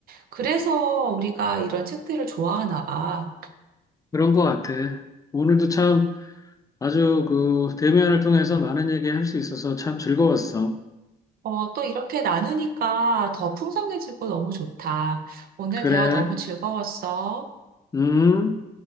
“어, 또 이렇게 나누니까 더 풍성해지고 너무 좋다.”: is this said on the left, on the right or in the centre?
Right